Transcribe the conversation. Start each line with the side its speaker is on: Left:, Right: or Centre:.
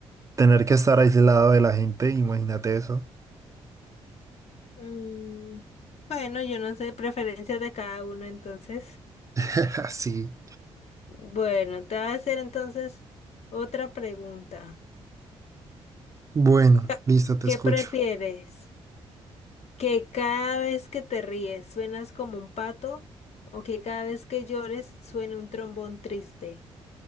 Right: tener que estar aislado de la gente, imagínate eso.
Left: Mm, Bueno, yo no sé, preferencia de cada uno, entonces.
Right: <laughs> Así.
Left: Bueno, te voy a hacer entonces otra pregunta.
Right: Bueno,
Left: Ca-
Right: listo, te
Left: ¿Qué
Right: escucho.
Left: prefieres? ¿Que cada vez que te ríes suenas como un pato o que cada vez que llores suene un trombón triste?